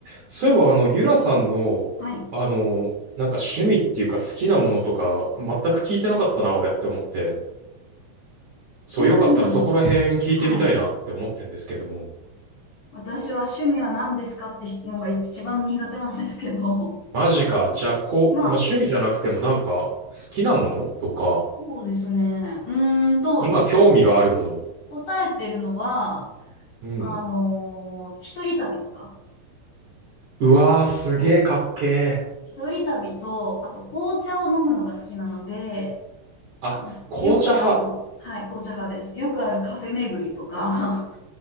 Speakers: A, on the right; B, on the left.
A: そういえば、あの、ゆらさんの、
B: はい。はい。
A: あの、なんか趣味っていうか好きなものとか、全く聞いてなかったな、俺って思って。
B: 趣味か。
A: そう、よかったらそこら辺聞いてみたいなって思ってんですけれども。
B: はい。私は趣味は何ですかって質問が一番苦手なんですけど。
A: マジか。じゃあ、こう、
B: <laughs> まあ、
A: まあ、趣味じゃなくてもなんか、好きなものとか、
B: そうですね。うーんと、
A: 今興味があるもの。
B: 一応答えてるのは、
A: うん。
B: あのー一人旅とか。
A: うわー、すげーかっけー。
B: そう一人旅と、あと紅茶を飲むのが好きなので、
A: あ、
B: まあよくある、
A: 紅茶派。
B: はい、紅茶派です。よくあるカフェ巡りとか